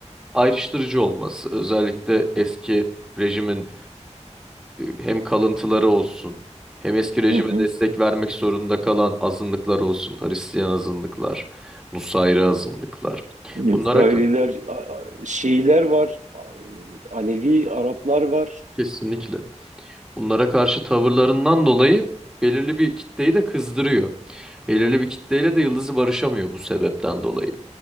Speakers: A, in the centre; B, on the right.
A: ayrıştırıcı olması. Özellikle eski rejimin e, hem kalıntıları olsun hem eski rejime
B: hı hı.
A: destek vermek zorunda kalan azınlıklar olsun. Hristiyan azınlıklar, Nusayri azınlıklar.
B: Müsraililer,
A: Bunlara ka-
B: a- a- Şiiler var, a- e, Alevi Araplar var.
A: kesinlikle bunlara karşı tavırlarından dolayı belirli bir kitleyi de kızdırıyor. Belirli bir kitleyle de Yıldız'ı barışamıyor bu sebepten dolayı.